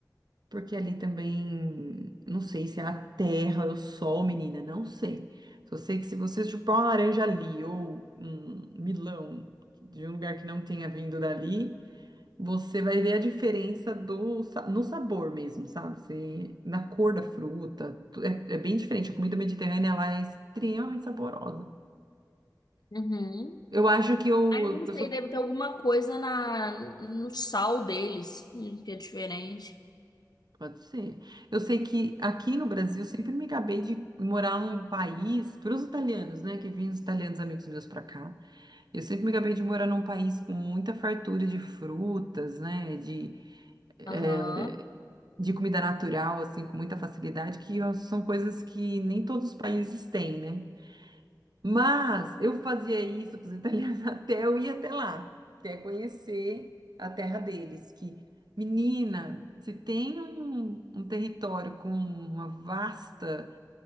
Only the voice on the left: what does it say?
Uhum.
Ah, eu não sei,
deve ter alguma coisa na, no sal deles, hum, que é diferente.
Aham.